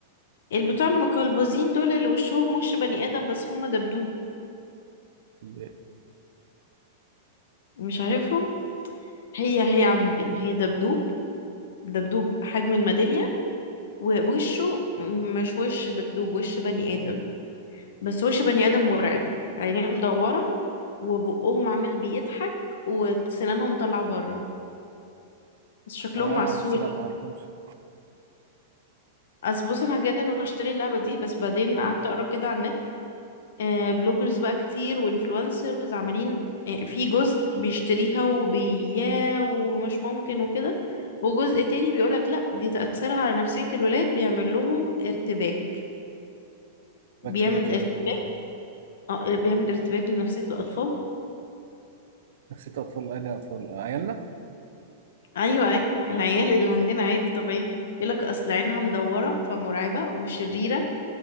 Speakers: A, on the left; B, on the right.
A: البتوع المقلبزين دول اللي وشهم وش بني ادم بس هم دبدوب
B: اللي-
A: مش عارفهم هي هي عاملة كده هي دبدوب دبدوب حجم الميدالية ووشه مش وش دبدوب وش بني آدم بس وش بني آدم مرعب عينيه مدورة وبقهم عامل بيضحك وسنانهم طالعة بره بس شكلهم
B: اه
A: عسول
B: بس لا ما اعرفهمش <laughs>
A: أصل بص أنا هجنن وأشتري اللعبة دي بس بعدين قعدت أقرأ كده على النت آه، بلوجرز بقى كتير وإنفلونسرز عمالين آه، في جزء بيشتريها وبياه ومش ممكن وكده وجزء تاني بيقولك لأ دي تأثيرها على نفسية الولاد بيعمل لهم ارتباك
B: بك
A: بيعمل
B: فين ان شاء
A: ارتباك
B: الله مش فين
A: اه بيعمل ارتباك لنفسية الأطفال
B: نسيت اطفال انا اطفال عيالنا
A: ايوه ايوه العيال اللي عندنا عادي طبيعي يقولك اصل عينها مدوره فمرعبه وشريره